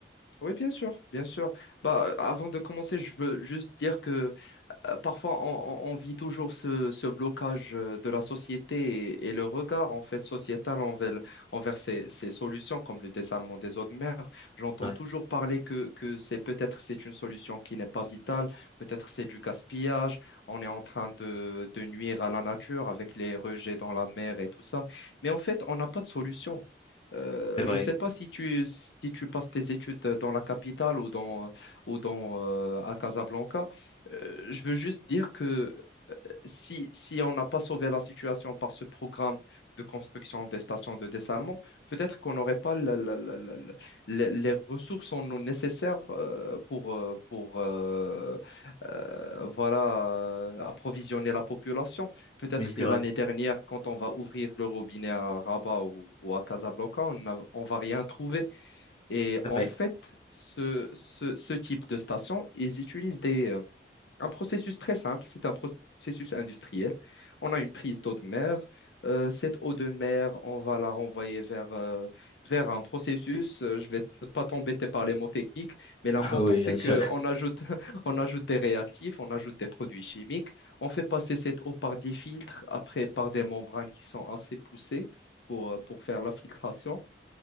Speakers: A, on the left; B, on the left.
A: Oui, bien sûr, bien sûr. Bah, avant de commencer, je veux juste dire que euh, parfois on, on- on vit toujours ce, ce blocage euh, de la société et, et le regard en fait sociétal envers, envers ces, ces solutions comme le dessalement des eaux de mer. J'entends
B: Ouais,
A: toujours parler que, que c'est peut-être c'est une solution qui n'est pas vitale, peut-être c'est du gaspillage, on est en train de, de nuire à la nature avec les rejets dans la mer et tout ça. Mais en fait, on n'a pas de solution. Euh,
B: c'est vrai.
A: je ne sais pas si tu, si tu passes tes études dans la capitale ou dans, ou dans, euh, à Casablanca. Euh, je veux juste dire que si, si on n'a pas sauvé la situation par ce programme de construction des stations de dessalement, peut-être qu'on n'aurait pas la- la- la- la- la- les les ressources en eau nécessaires euh, pour, euh, pour euh, euh, voilà, euh, approvisionner la population. Peut-être
B: Oui, c'est
A: que
B: vrai.
A: l'année dernière, quand on va ouvrir le robinet à Rabat ou, ou à Casablanca, on n'a- on va rien trouver. Et
B: C'est
A: en
B: vrai.
A: fait, ce, ce, ce type de station, ils utilisent des... euh, un processus très simple, c'est un processus industriel. On a une prise d'eau de mer. Euh, cette eau de mer, on va la renvoyer vers, euh, vers un processus. Euh, Je vais t- pas t'embêter par les mots techniques,
B: <laughs>
A: mais l'important,
B: Ah oui,
A: c'est
B: bien sûr.
A: qu'on ajoute, <laughs> on ajoute des réactifs, on ajoute des produits chimiques. On fait passer cette eau par des filtres, après par des membranes qui sont assez poussées pour, euh, pour faire la filtration.